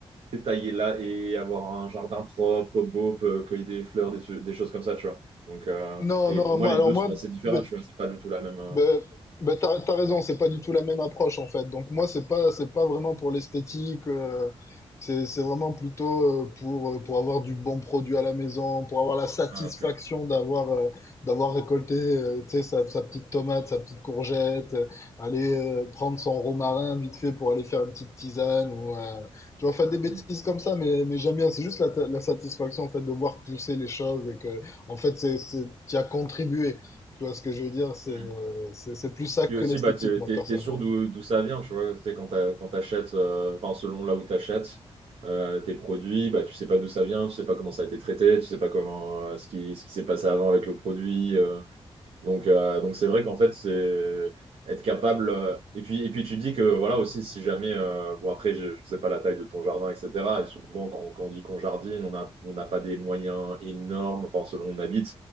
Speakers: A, on the right (about 70°); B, on the left (about 30°).
A: détailler là et avoir un jardin propre, beau, peu- cueillir des fleurs, des, des choses comme ça, tu vois. Donc, euh,
B: Non,
A: et
B: non,
A: pour moi,
B: moi,
A: les
B: alors
A: deux
B: moi,
A: sont assez différents,
B: ben,
A: tu vois. C'est pas du tout la même. euh,
B: Ben, ben t'as, t'as raison, c'est pas du tout la même approche en fait. Donc moi, c'est pas, c'est pas vraiment pour l'esthétique, euh, c'est, c'est vraiment plutôt euh, pour, euh, pour avoir du bon produit à la maison, pour avoir la satisfaction
A: ah, ok.
B: d'avoir, euh, d'avoir récolté, euh, tu sais, sa, sa petite tomate, sa petite courgette, euh, aller euh, prendre son romarin vite fait pour aller faire une petite tisane ou, euh, tu vois, faire des bêtises
A: Hmm.
B: comme ça, mais, mais j'aime bien. C'est juste la, la satisfaction en fait de voir pousser les choses et que, en fait, c'est, c'est, t'y as contribué. Tu vois ce que je veux dire? C'est
A: Hmm.
B: euh, c'est c'est plus ça
A: Puis
B: que
A: aussi,
B: l'esthétique,
A: bah, tu
B: moi,
A: t'es,
B: personnellement.
A: t'es sûr d'où d'où ça vient, tu vois. C'est quand t'as- quand t'achètes, euh, enfin, selon là où t'achètes euh, tes produits, bah, tu sais pas d'où ça vient, tu sais pas comment ça a été traité, tu sais pas comment, euh, ce qui, ce qui s'est passé avant avec le produit. euh, donc, euh, donc c'est vrai qu'en fait, c'est être capable. euh, et puis, et puis tu dis que voilà aussi, si jamais, euh, bon après, je, je sais pas la taille de ton jardin, etc. Et souvent, quand, quand on dit qu'on jardine, on a, on n'a pas des moyens énormes, enfin selon où on habite.